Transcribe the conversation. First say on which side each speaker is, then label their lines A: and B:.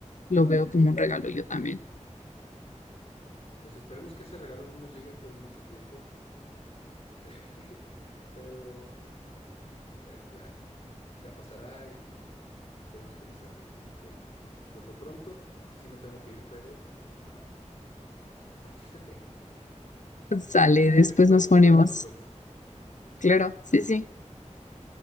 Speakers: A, on the left; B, on the left.
A: lo veo como un regalo yo también.
B: Pues esperemos que ese regalo no nos lleguen por mucho tiempo, <laughs> pero bueno, ya, ya pasará y esperemos que no sea muy pronto. Por lo pronto, sí me tengo que ir, pero al baño. <laughs>
A: Sale, después
B: ¿Qué te parece
A: nos
B: si
A: ponemos.
B: hablamos después?
A: Claro, sí, sí.